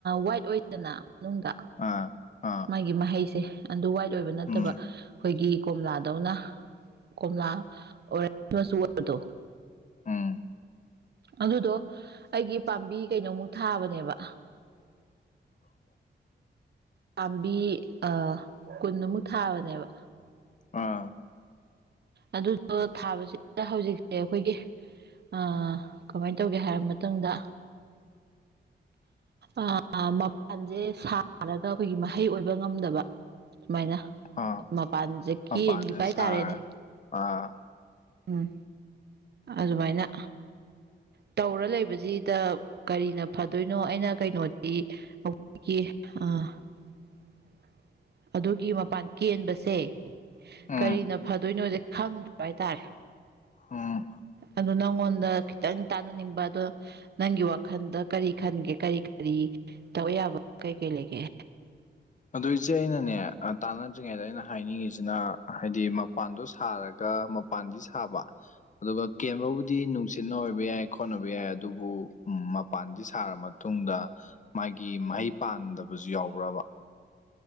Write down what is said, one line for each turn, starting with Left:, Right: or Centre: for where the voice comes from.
Right: ꯋꯥꯏꯠ ꯑꯣꯏꯗꯅ ꯃꯅꯨꯡꯗ
Left: ꯑꯥ ꯑꯥ
Right: ꯃꯥꯒꯤ ꯃꯍꯩꯁꯦ ꯑꯗꯨ ꯋꯥꯏꯠ ꯑꯣꯏꯕ ꯅꯠꯇꯕ
Left: ꯎꯝ
Right: ꯑꯩꯈꯣꯏꯒꯤ ꯀꯣꯝꯂꯥꯗꯧꯅ ꯀꯣꯝꯂꯥ ꯑꯣꯔꯦꯟꯁ ꯃꯆꯨ ꯑꯣꯏꯕꯗꯣ
Left: ꯎꯝ
Right: ꯑꯗꯨꯗꯣ ꯑꯩꯒꯤ ꯄꯥꯝꯕꯤ ꯀꯩꯅꯣꯃꯨꯛ ꯊꯥꯕꯅꯦꯕ ꯄꯥꯝꯕꯤ ꯑ ꯀꯨꯟꯃꯨꯛ ꯊꯥꯕꯅꯦꯕ
Left: ꯑꯥ
Right: ꯑꯗꯨꯗꯣ ꯊꯥꯕꯁꯤꯗ ꯍꯧꯖꯤꯛꯁꯦ ꯑꯩꯈꯣꯏꯒꯤ ꯑ ꯀꯃꯥꯏ ꯇꯧꯒꯦ ꯍꯥꯏꯔꯕ ꯃꯇꯨꯡꯗ ꯑꯥ ꯃꯄꯥꯟꯚꯦ ꯁꯥꯔꯒ ꯑꯩꯈꯣꯏꯒꯤ ꯃꯍꯩ ꯑꯣꯏꯕ ꯉꯝꯗꯕ ꯁꯨꯃꯥꯏꯅ
Left: ꯑꯥ
Right: ꯃꯄꯥꯟꯖꯦ ꯀꯦꯟꯈꯤꯕ
Left: ꯃꯄꯥꯟꯁꯦ
Right: ꯍꯥꯏꯇꯥꯔꯦꯅꯦ
Left: ꯁꯥꯔꯒ ꯑꯥ
Right: ꯎꯝ ꯑꯗꯨꯃꯥꯏꯅ ꯇꯧꯔ ꯂꯩꯕꯖꯤꯗ ꯀꯔꯤꯅ ꯐꯗꯣꯏꯅꯣ ꯑꯩꯅ ꯀꯩꯅꯣꯗꯤ ꯑꯣ ꯑ <unintelligible> ꯑꯗꯨꯒꯤ ꯃꯄꯥꯟ ꯀꯦꯟꯕꯁꯦ
Left: ꯎꯝ
Right: ꯀꯔꯤꯅ ꯐ ꯗꯣꯏꯅꯣꯖꯦ ꯈꯪꯗ꯭ꯔꯕ ꯍꯥꯏꯇꯥꯔꯦ
Left: ꯎꯝ
Right: ꯑꯗꫭ ꯅꯪꯉꯣꯟꯗ ꯈꯤꯇꯪ ꯇꯥꯅꯅꯤꯡꯕ ꯑꯗꯣ ꯅꯪꯒꯤ ꯋꯥꯈꯜꯗ ꯀꯔꯤ ꯈꯟꯒꯦ ꯀꯔꯤ ꯀꯔꯤ ꯇꯧꯕ ꯌꯥꯕ ꯀꯩ ꯀꯩ ꯂꯩꯒꯦ
Left: ꯑꯗꯨꯏꯆꯦ ꯑꯩꯅꯅꯦ ꯇꯥꯟꯅꯗ꯭ꯔꯤꯉꯩꯗ ꯑꯩꯅ ꯍꯥꯏꯅꯤꯡꯉꯤꯁꯤꯅ ꯍꯥꯏꯗꯤ ꯃꯄꯥꯟꯗꯣ ꯁꯥꯔꯒ ꯃꯄꯥꯟꯗꯤ ꯁꯥꯕ ꯑꯗꯨꯒ ꯀꯦꯟꯕꯕꯨꯗꯤ ꯅꯨꯡꯁꯤꯠꯅ ꯑꯣꯏꯕ ꯌꯥꯏ ꯈꯣꯠꯅꯕ ꯌꯥꯏ ꯑꯗꯨꯕꯨ ꯃꯄꯥꯟꯗꯤ ꯁꯥꯔꯝꯃ ꯃꯇꯨꯡꯗ ꯃꯥꯒꯤ ꯃꯍꯩ ꯄꯥꯟꯗꯕꯖꯨ ꯌꯥꯎꯕ꯭ꯔꯕ